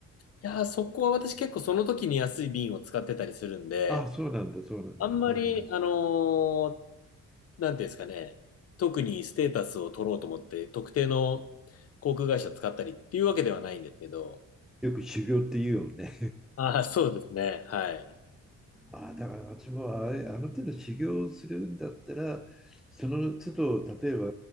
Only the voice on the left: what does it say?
やー、そこは私結構その時に安い便を使ってたりするんで、
あんまり、
あのーなんていうんですかね、特にステータスを取ろうと思って、特定の航空会社使ったりっていうわけではないんですけど、
ああ、そうですね。はい。